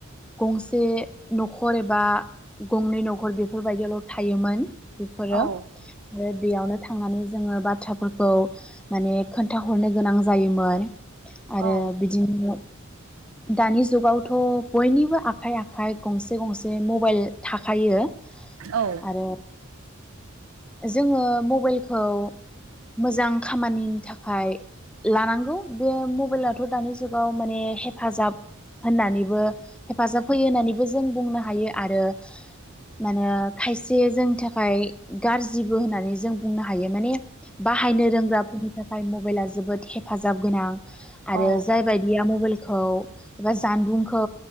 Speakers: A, in the centre; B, on the right (about 80°).
A: गंसे न'खर एबा गंनै न'खर बेफोरबायदियावल' थायोमोन। बेफोरो
B: औ
A: आरो बेयावनो थांनानै जोङो बाथ्राफोरखौ माने खोन्थाहरनो गोनां जा जायोमोन। आरो
B: औ
A: बिदिनो दानि जुगावथ' बयनिबो आखाइ आखाइ गंसे गंसे मबाइल थाखायो।
B: औ
A: आरो जोङो मबाइलखौ मोजां खामानिनि थाखाय लानांगौ बे मबाइलाथ' दानि जुगाव माने हेफाजाब होननानैबो हेफाजाब होयो होननानैबो जों बुंनो हायो आरो माने खायसे जोंनि थाखाय गाज्रिबो होननानै जों बुंनो हायो माने बाहायनो रोंग्राफोरनि थाखाय ओमफ्राय मबाइला जोबोद हेफाजाब गोनां
B: औ
A: आरो जाय बायदिया मबाइल खौ एबा जानबुंखौ